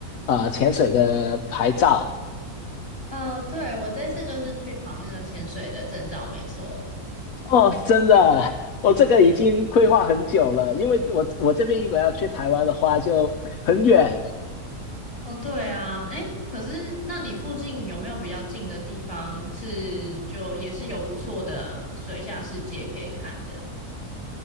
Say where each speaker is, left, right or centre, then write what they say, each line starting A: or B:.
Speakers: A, on the left; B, on the left.
A: 呃潜水的牌照。
B: 哦，对，我这次就是去考那个潜水的证照，没错。
A: 哦，真的，我这个已经规划很久了，因为我我这边如果要去台湾的话就很远，
B: 哦，对啊，诶，可是那你附近有没有比较近的地方是就也是有不错的水下世界可以看的？